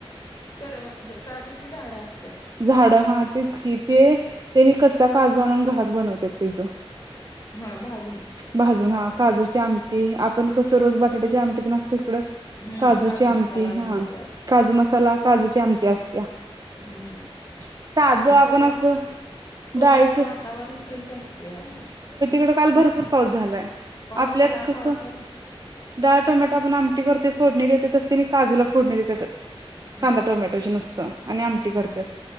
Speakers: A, on the left (about 40°); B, on the right (about 40°).
A: करवा ज काजूची झाडं आस
B: झाड हा तेच की ते त्यांनी कच्चा काजू आणून घरात बनवत्यात. तेचं.
A: हां भाजून
B: भाजून हा काजूची आमटी आपण कसं रोज बटाट्याच्या आमटीत तेन असते इकड
A: हां
B: काजूची
A: काजू मसाला
B: आमटी
A: बनवतात
B: हा काजू मसाला काजूची आमटी अस या <unintelligible>
A: हम्म
B: साधं
A: आणि
B: आपण
A: कोकणचं
B: असं
A: कोकणचं
B: डाळीचं
A: वातावरण फ्रेश असतयाआणि
B: इकडं काल भरपूर पाऊस झालाय आपल्यात
A: झाला
B: कसं
A: पावसाळ्यात
B: डाळ टोमॅटो आपण आमटी करतोय फोडणी देतोय तस त्यांनी काजूला फोडणी देत्यात. कांदा
A: हां
B: टोमॅटोचे नुसता आणि आमटी करत्यात.
A: हां